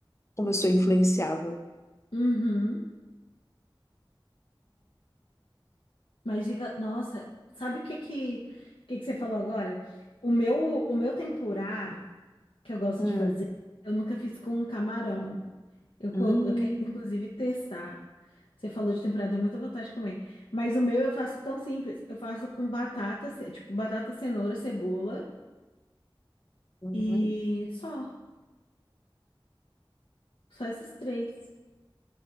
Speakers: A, on the left (about 30°); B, on the left (about 80°).
A: como eu sou influenciável.
B: uhum. Mas diga, nossa, sabe o que que, o que que você falou agora? O meu, o meu tempurá que eu gosto
A: Hum.
B: de fazer, eu nunca fiz com camarão. Eu, co-
A: Hum.
B: eu queria, inclusive, testar. Você falou de tempurá, deu muita vontade de comer. Mas o meu eu faço tão simples. Eu faço com batata, ce- tipo, batata, cenoura, cebola
A: Uhum.
B: e só. Só esses três.